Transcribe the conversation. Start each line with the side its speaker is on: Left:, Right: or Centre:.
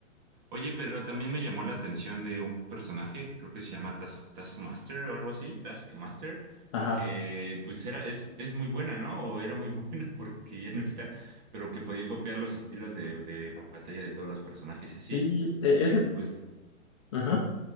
Right: Oye, pero también me llamó la atención de un personaje, creo que se llama Tas- Taskmaster o algo así, Taskmaster,
Left: Ajá.
Right: que pues era, es, es muy buena, ¿no? O era muy <laughs> buena porque ya no está, pero que podía copiar los estilos de, de batalla de todos los personajes y así.
Left: Sí, e-
Right: Y
Left: ese,
Right: pues,
Left: ajá.